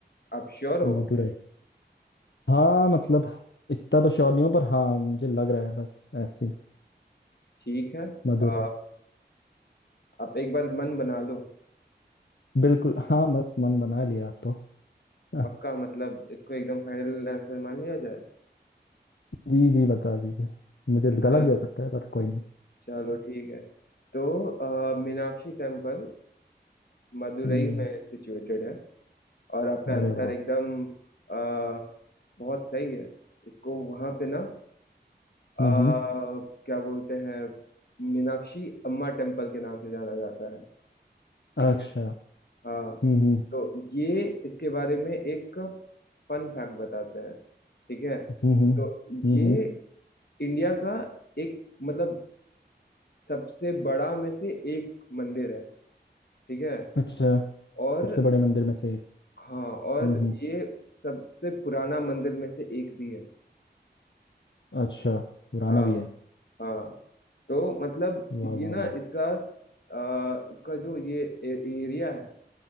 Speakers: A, on the left; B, on the left.
A: आप श्योर हो
B: मदुरई हाँ मतलब इतना तो श्योर नहीं हूँ पर हाँ मुझे लग रहा है बस ऐसे ही,
A: ठीक है
B: मदुरई
A: अ, आप एक बार मन बना लो
B: बिल्कुल हाँ बस मन बना लिया आप तो हाँ,
A: पक्का मतलब इसको एकदम फाइनल आंसर मान लिया जाए
B: जी जी बता दीजिए मुझे गलत
A: चल
B: भी हो सकता है पर कोई नहीं
A: चलो ठीक है तो अ, मीनाक्षी टेम्पल मदुरई
B: <laughs> हम्म,
A: में सिचुएटेड है और आपका
B: अरे
A: आंसर
B: वाह
A: एकदम अ, बहुत सही है इसको वहां पे ना आ,
B: हम्म हम्म,
A: क्या बोलते हैं मीनाक्षी अम्मा टेम्पल के नाम से जाना जाता है ठीक
B: अच्छा
A: है हाँ
B: हम्म हम्म
A: तो ये इसके बारे में एक फन फैक्ट बताते हैं ठीक है
B: हम्म हम्म,
A: तो
B: हम्म,
A: ये
B: हम्म,
A: इंडिया का एक मतलब सबसे बड़ा में से एक मंदिर है ठीक है
B: अच्छा
A: और
B: सबसे बड़े मंदिर में से एक
A: हाँ और
B: हम्म हम्म,
A: ये सबसे पुराना मंदिर में से एक भी है
B: अच्छा पुराना
A: हाँ
B: भी है
A: हाँ तो मतलब
B: वाह
A: ये
B: वाह
A: ना
B: वाह
A: इसका अ, इसका जो ये एरिया है